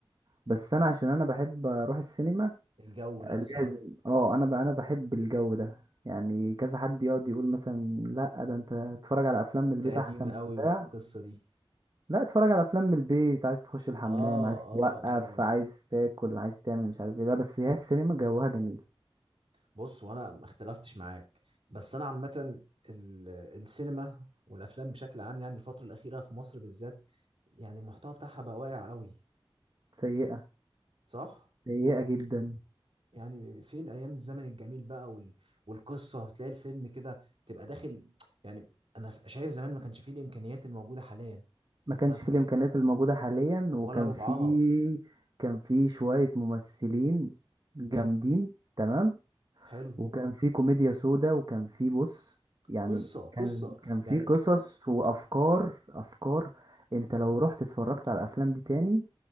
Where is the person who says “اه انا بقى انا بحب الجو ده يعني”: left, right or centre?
Right